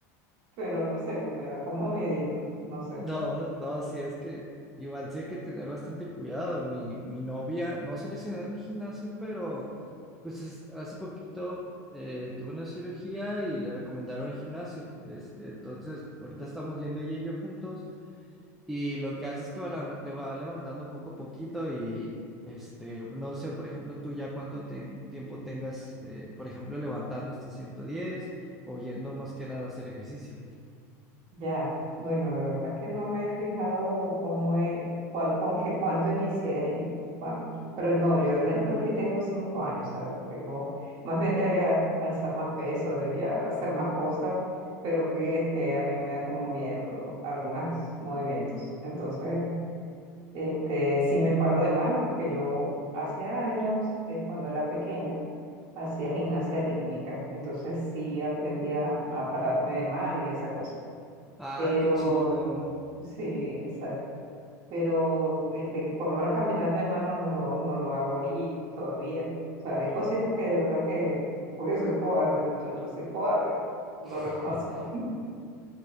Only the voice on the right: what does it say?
Pero no sé, me da como miedito, no sé.
Ya, bueno, de verdad que no me he fijado cómo es, cuál, con qué, cuánto inicié, cuán- pero no, yo en el CrossFit tengo cinco años, o sea, tengo, más bien debería alzar más peso, debería hacer más cosas, pero que es que a mí me da como miedo algunos movimientos. Entonces, este, sí me paro de mano porque yo hace años, eh, cuando era pequeña, hacía gimnasia rítmica, entonces sí aprendí a a pararme de mano y esa cosa
pero
Sí, exacto. Pero este, por lo menos caminar de mano no lo, no lo hago ahorita todavía. O sea, hay cositas que de verdad que, porque soy cobarde, muchachos, soy cobarde, lo
reconozco. <laughs>